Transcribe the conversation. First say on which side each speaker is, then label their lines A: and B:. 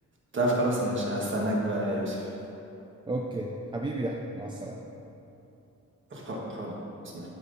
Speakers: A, on the right; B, on the right.
A: طب خلاص ماشي هاستناك بقى يا يوسف.
B: اوكي حبيبي يا احمد مع السلامة
A: خ- خلاص ماشي